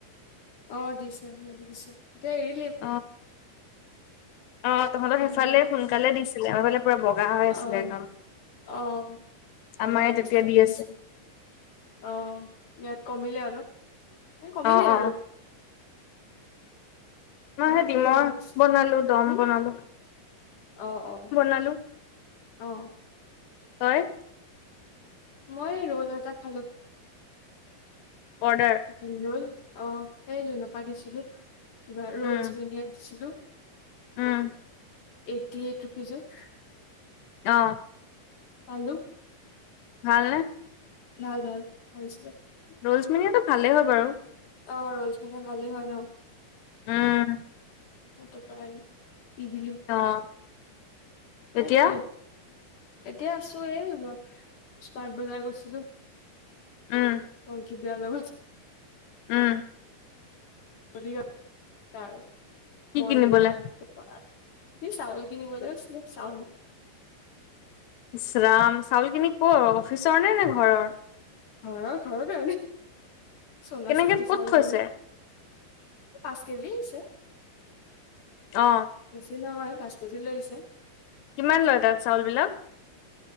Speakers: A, on the left (about 55°); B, on the left (about 80°).
A: অ দিছে দিছে এতিয়া এই
B: অ অ তহঁত সেইফালে
A: দিলেহে
B: সোনকালে দিছিলে আমাৰফালে পূৰা বগা হৈ আছিলে
A: অ
B: একদম
A: অ বগা
B: আমায়ে
A: হৈ
B: তেতিয়া
A: আছিলে
B: দি
A: দিছিলে
B: আছে
A: অ ইয়াত কমিলে অলপ কমিলে
B: অ অ
A: আৰু কেনেকুৱা
B: মই সেই ডিমৰ
A: গৰম দিছে
B: বনালো দম
A: উম
B: বনালো
A: অ অ
B: নালো
A: অ
B: তই
A: মই ৰৌল এটা খালো
B: অৰ্ডাৰ
A: চিকেন ৰৌল অ এই লৌনপা দিছিলো কিবা ৰৌলচ
B: উম
A: মেনিয়াক দিছিলো
B: উম
A: এইটটি এইট ৰুপিজত
B: অ
A: পালো <unintelligible>
B: ভাল নে
A: ভাল ভাল, ‌ভাল আছিলে
B: ৰোলচমিনিয়টো ভালেই হয় বাৰু
A: অ ৰৌজ মেলিয়া ভালেই হয় ন
B: উম
A: সেইটো কাৰণে দি দিলোঁ
B: অ
A: তাই
B: এতিয়া
A: খালো এতিয়া আছো এই স্মাৰ্ট বজাৰ গৈছিলো
B: উম
A: পংখিপ্ৰিয়া লগত
B: ওম
A: বদিগাত তাৰ
B: কি
A: মই
B: কিনিবলে
A: লোনা তাপা এই চাউল কিনিবলৈ গৈছিলে চাউল
B: ইচ্ ৰাম চাউলখিনি কৰ অফিচৰ নে নে ঘৰৰ
A: ঘৰ ঘৰৰ <unintelligible> সোনা
B: কেনেকে
A: শক্ততি
B: ক'ত
A: চাউল
B: থৈছে
A: কোনো পাঁচ কেজি আছে
B: অ
A: বেছি নহয় পাঁচ কেজি লৈ আহিছে
B: কিমান লয় তাত চাউল বিলাক